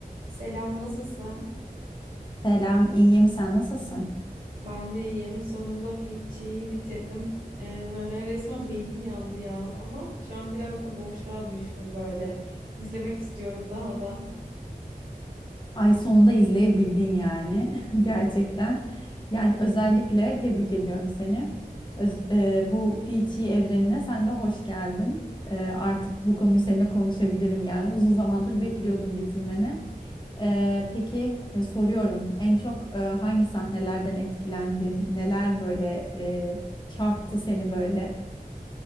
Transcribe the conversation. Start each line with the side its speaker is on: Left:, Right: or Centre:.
Right: Selam, nasılsın?
Left: Selam, iyiyim. Sen nasılsın?
Right: Ben de iyiyim. Sonunda Fiçi'yi bitirdim. Ee, böyle resmen beynim yandı ya. Ama şu an biraz da boşluğa düştüm böyle. İzlemek istiyorum daha da.
Left: Ay sonunda izleyebildin yani <laughs> gerçekten. Yani özellikle tebrik ediyorum seni. Öz- e, bu Fiji evrenine sen de hoş geldin. E, artık bu konuyu seninle konuşabilirim yani uzun zamandır bekliyordum bitirmeni. E, peki e, soruyorum en çok e, hangi sahnelerden etkilendin? Neler böyle e, çarptı seni böyle?